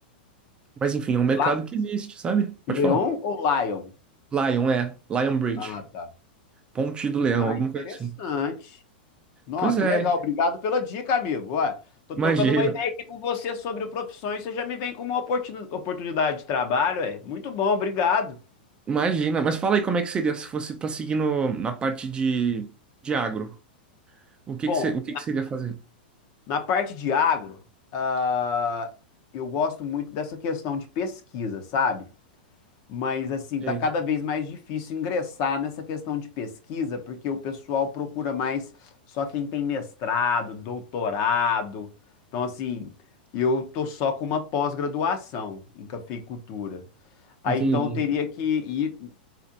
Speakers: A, on the right; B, on the left.
A: Mas enfim, é um mercado
B: La-
A: que existe, sabe? Pode
B: Leon
A: falar.
B: ou Lion?
A: Lion, é. Lion Bridge.
B: Ah, tá.
A: Ponte do Leão,
B: Ah,
A: alguma coisa
B: interessante.
A: assim.
B: Não,
A: Pois
B: que
A: é,
B: legal. Obrigado pela dica, amigo. Ó, tô trocando
A: imagina.
B: uma ideia aqui com você sobre profissões. Você já me vem com uma oportuni- oportunidade de trabalho, é? Muito bom, obrigado.
A: Imagina. Mas fala aí como é que seria se fosse pra seguir no, na parte de, de agro. O que
B: Bom,
A: que, você, o que que você iria fazer?
B: na parte de agro, ah, eu gosto muito dessa questão de pesquisa, sabe? Mas assim,
A: Ei,
B: tá cada vez mais difícil ingressar nessa questão de pesquisa, porque o pessoal procura mais só quem tem mestrado, doutorado. Então, assim, eu tô só com uma pós-graduação em cafeicultura. Aí
A: entendi.
B: então eu teria
A: <laughs>
B: que ir